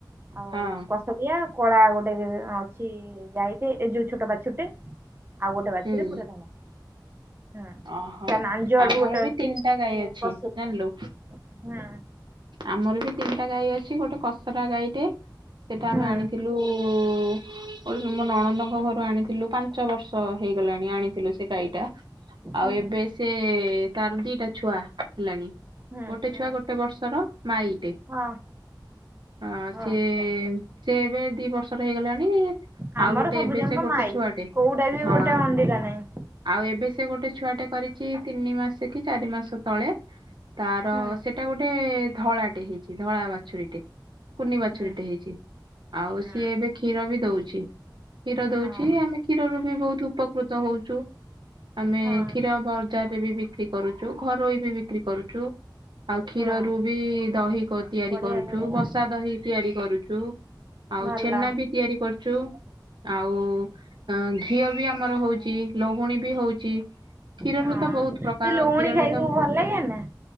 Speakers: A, on the right; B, on the right.
A: ଆଉ
B: ହଁ
A: କଷଗିଆ କଳା ଗୋଟେ। ଅଛି ଗାଈଟେ ଏ ଯୋଉ ଛୋଟ ବାଛୁରଟେ ଆଉ ଗୋଟେ ବାଛୁରି
B: ହୁଁ
A: ପୁରା ଧଳା। ହୁଁ
B: ଓହୋ।
A: ତା ନାଞ୍ଜ ଆଡୁ
B: ଆମର
A: ଗୋଟେ
B: ବି
A: ଅଛି
B: ତିନିଟା
A: ହୁଁ
B: ଗାଈ ଅଛି
A: ପଶୁରିଆ
B: ଜାଣିଲୁ।
A: ହୁଁ।
B: ଆମର ବି ତିନିଟା ଗାଈ ଅଛି ଗୋଟେ କସରା ଗାଈଟେ। ସେଟା
A: ହୁଁ
B: ଆମେ ଆଣିଥିଲୁ, <unintelligible> ମୋ ନଣନ୍ଦଙ୍କ ଘରୁ ଆଣିଥିଲୁ। ପାଞ୍ଚ ବର୍ଷ ହେଇଗଲାଣି ଆଣିଥିଲୁ ସେ ଗାଈଟା ଆଉ
A: ହୁଁ
B: ଏବେ ସେ ତାର ଦିଟା ଛୁଆ ହେଲାଣି,
A: ହୁଁ
B: ଗୋଟେ
A: ହୁଁ
B: ଛୁଆ ଗୋଟେ ବର୍ଷର ମାଇ ଟେ
A: ହଁ
B: ଆ
A: ହଁ
B: ସିଏ
A: ଆଚ୍ଛା।
B: ସେ ଏବେ ଦି ବର୍ଷର ହେଇଗଲାଣି।
A: ଆମର
B: ଆଉ ଗୋଟେ
A: ସବୁ
B: ଏବେ
A: ଯାଙ୍କ
B: ସେ ଗୋଟେ
A: ମାଇ
B: ଛୁଆଟେ,
A: କୋଉଟା ବି
B: ହଁ।
A: ଗୋଟେ ଅଣ୍ଡିରା ନାହିଁ।
B: ଆଉ ଏବେ ସେ ଗୋଟେ ଛୁଆଟେ କରିଚି ତିନି ମାସ କି ଚାରି ମାସେ ତଳେ। ତାର
A: ହୁଁ
B: ସେଟା ଗୋଟେ ଧଳାଟେ ହେଇଚି ଧଳା ବାଛୁରୀଟେ। କୁନି ବାଛୁରୀଟେ
A: ହୁଁ
B: ହେଇଚି, ଆଉ
A: ହୁଁ
B: ସିଏ ଏବେ କ୍ଷୀର ବି ଦୋ, କ୍ଷୀର ଦୋଉଚି
A: ହଁ
B: ଆମେ କ୍ଷୀରରୁ ବି ବହୁତ ଉପକୃତ ହଉଚୁ। ଆମେ
A: ହଁ
B: କ୍ଷୀର ବଜାରରେ ବି ବିକ୍ରି କରୁଚୁ ଘରୋଇ ବି ବିକ୍ରି କରୁଚୁ। ଆଉ କ୍ଷୀରରୁ
A: ହଁ
B: ବି ଦହି ତିଆରି
A: ବଢିଆ
B: କରୁଛୁ
A: ବଢିଆ
B: ବସା ଦହି ତିଆରି କରୁଛୁ ଆଉ
A: ଭଲ
B: ଛେନା ବି ତିଆରି କରୁଚୁ। ଆଉ ଘିଅ ବି ଆମର ହଉଛି ଲହୁଣୀ ବି ହଉଛି। କ୍ଷୀରରୁ
A: ହଁ
B: ତ ବହୁତ୍ ପ୍ରକାର
A: ସେ ଲହୁଣୀ
B: କ୍ଷୀରରେ
A: ଖାଇବୁ
B: ତ
A: ଭଲ ଲାଗେ ନା